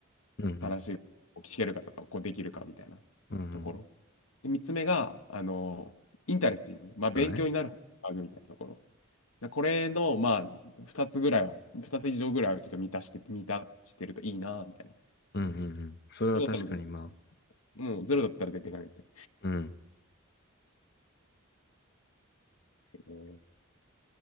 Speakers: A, on the left (about 50°); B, on the left (about 80°).
A: うん、
B: 話を聞けるかとか、こうできるかみたいな
A: うん、うんうん。
B: ところ。で、3つ目が、あのーインタレスティング、まあ勉強になる、
A: そうだね。
B: みたいなところ。でこれの、まあ、2つぐらいは、2つ以上ぐらいはちょっと満たして、満たしてるといいな、みたいな。
A: うん、うん、うん。それは確かに、
B: それだったらゼロ、
A: まあ、
B: もうゼロだったら絶対ダメですね。
A: うん。
B: うん